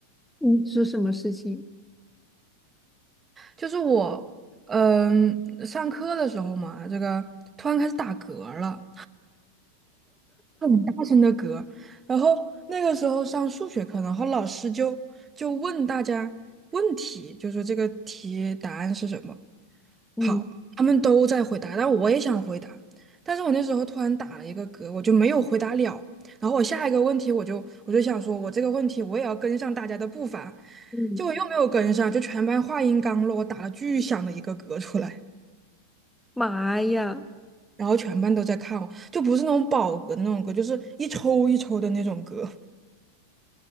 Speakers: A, in the centre; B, on the right (about 20°).
A: 嗯，是什么事情？
B: 就是我，嗯，上课的时候嘛，这个突然开始打嗝儿了，很大声的嗝。然后那个时候上数学课，然后老师就就问大家问题，就说这个题答案是什么。
A: 嗯
B: 好，他们都在回答，但我也想回答，但是我那时候突然打了一个嗝，我就没有回答了。然后我下一个问题，我就我就想说，我这个问题我也要跟上大家的步伐，
A: 嗯，
B: 结果又没有跟上，就全班话音刚落，我打了巨响的一个嗝出来，
A: 妈呀，
B: 然后全班都在看我，就不是那种饱嗝的那种嗝，就是一抽一抽的那种嗝。